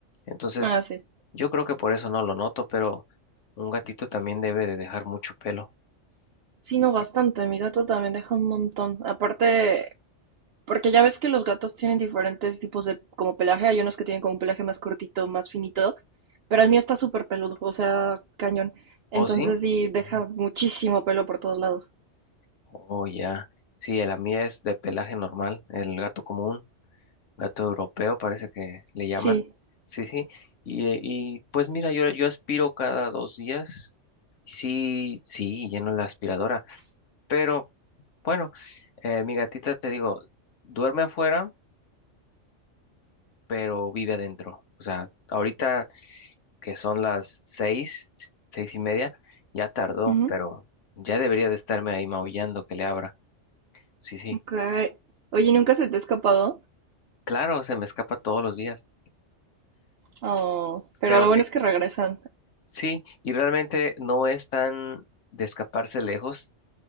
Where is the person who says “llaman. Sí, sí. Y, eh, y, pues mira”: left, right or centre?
Left